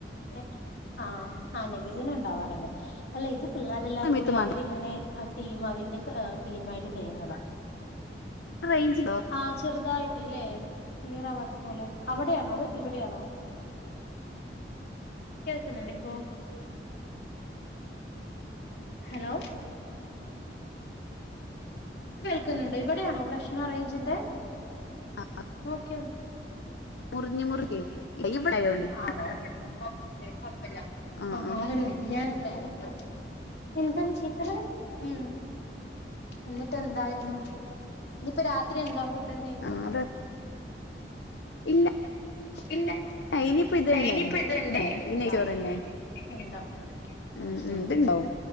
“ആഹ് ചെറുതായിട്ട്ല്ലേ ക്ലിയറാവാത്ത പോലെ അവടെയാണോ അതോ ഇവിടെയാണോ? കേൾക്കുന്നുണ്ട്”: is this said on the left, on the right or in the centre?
Left